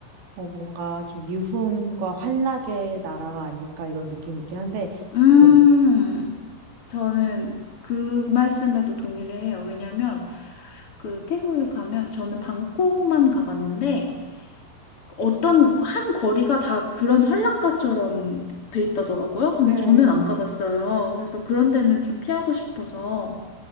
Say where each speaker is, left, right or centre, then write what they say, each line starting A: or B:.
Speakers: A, on the right; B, on the left.
A: 어, 뭔가 좀 유흥과 환락의 나라가 아닐까 이런 느낌이 있긴 한데,
B: 음,
A: 네.
B: 저는 그 말씀에도 동의를 해요. 왜냐면 그 태국에 가면 저는 방콕만 가봤는데 어떤 한 거리가 다 그런 한락가처럼 돼 있다더라고요. 근데
A: 네.
B: 저는 안 가봤어요. 그래서 그런 데는 좀 피하고 싶어서.